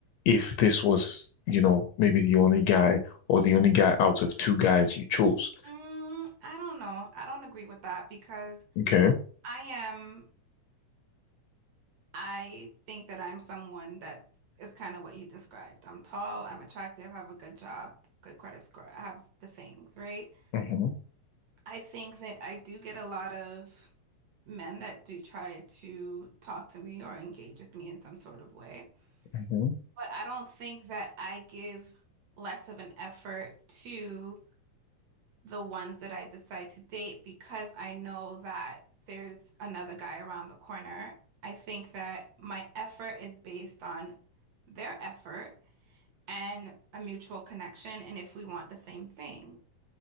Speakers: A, on the left; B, on the right.
A: if this was, you know, maybe the only guy or the only guy out of two guys you chose.
B: Mm, I don't know. I don't agree with that because
A: Okay.
B: I am, I think that I'm someone that is kind of what you described. I'm tall, I'm attractive, have a good job, good credit score. I have the things, right?
A: hmm
B: I think that I do get a lot of men that do try to talk to me or engage with me in some sort of way.
A: hmm
B: But I don't think that I give less of an effort to the ones that I decide to date because I know that there's another guy around the corner. I think that my effort is based on their effort and a mutual connection, and if we want the same things.